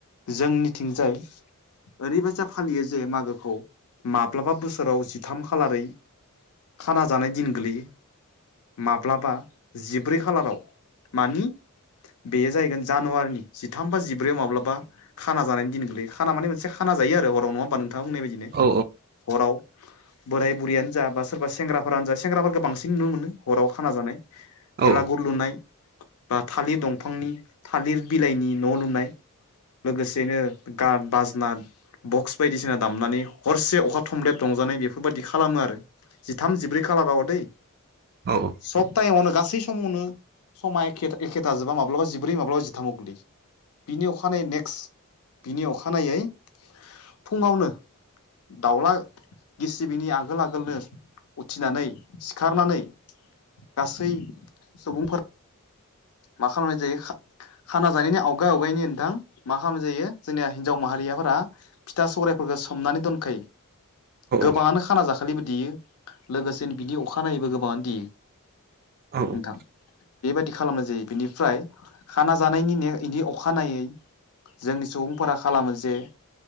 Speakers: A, on the left; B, on the right.
A: जोंनिथिंजाय ओरैबायजा फालियो जे मागोखौ माब्लाबा बोसोराव जिथाम खालारै खाना जानाय दिन गोलैयो माब्लाबा जिब्रै खालाराव मानि बेयो जाहैगोन जानुवारिनि जिथाम बा जिब्रैआव माब्लाबा खाना जानायनि दिन गोलैयो खाना माने मोनसे खाना जायो आरो हराव नङा होमबा नोंथाङा मोननाय बायदिनो
B: औ
A: हराव बोराय बुरियानो जा बा सोरबा सेंग्राफोरानो जा सेंग्राफोरखौ बांसिन नुनो मोनो हराव खाना जानाय
B: औ
A: भेलागुर लुनाय बा थालिर दंफांनि थालिर बिलाइनि न' लुनाय लोगोसेनो गान बाजना बक्स बायदिसिना दामनानै हरसे अखा थमब्लेद रंजानाय बेफोरबायदि खालामो आरो जिथाम जिब्रै खालाराव दै
B: औ औ
A: सप्तायावनो गासै समावनो सम एखे एखे थाजोबा माब्लाबा जिब्रै माब्लाबा जिथामाव गोगलैयो बिनि अखानायै नेक्स्ट बिनि अखानायै फुङावनो दावला गिसिबिनि आगोल आगोलनो उथिनानै सिखारनानै गासै सुबुंफोरा मा खालामनाय जायो खाना जानायनि आवगाय आवगायनि नोंथां मा खालामनाय जायो जोंनिया हिजाव माहारियाफोरा फिथा सौरायफोरखौ सोमनानै दोनखायो गोबाङानो
B: औ
A: खाना जाखालिबो देयो लोगोसेनो बिनि अखानायैबो गोबाङानो देयो
B: औ
A: नोंथां बेबायदि खालामनाय जायो। बिनिफ्राय खाना जानायनि ने इनि अखानायै जोंनि सुबुंफोरा खालामो जे